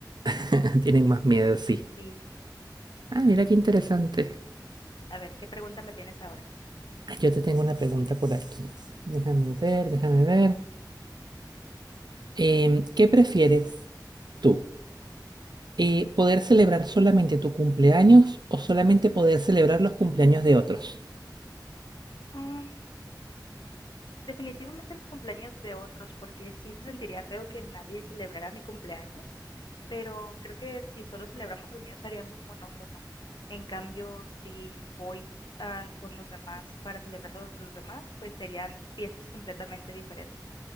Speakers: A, on the right (about 70°); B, on the left (about 85°).
A: <laughs> Tienen más miedo, sí.
B: Sí,
A: Ah, mira qué interesante.
B: a ver, ¿qué pregunta me tienes ahora?
A: Ah, Yo te tengo una pregunta por aquí. Déjame ver, déjame ver. Em, ¿qué prefieres tú? eh, poder celebrar solamente tu cumpleaños o solamente poder celebrar los cumpleaños de otros.
B: Mm, Definitivamente los cumpleaños de otros, porque sí se sentiría feo que nadie celebrara mi cumpleaños, pero creo que si solo celebramos el mío sería muy monótono. En cambio, si voy ah, con los demás para celebrar los de los demás, pues serían fiestas completamente diferentes.